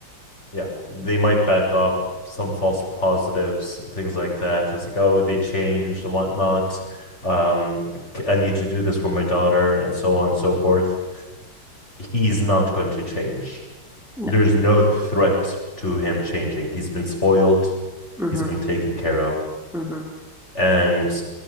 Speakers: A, on the left; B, in the centre.
A: yeah they might back off some false positives things like that it's like oh they changed and whatnot um like, i need to do this for my daughter and so on and so forth he's not going to change
B: No.
A: there's no threat to him changing he's been spoiled
B: hmm
A: he's been taken care of
B: hmm
A: and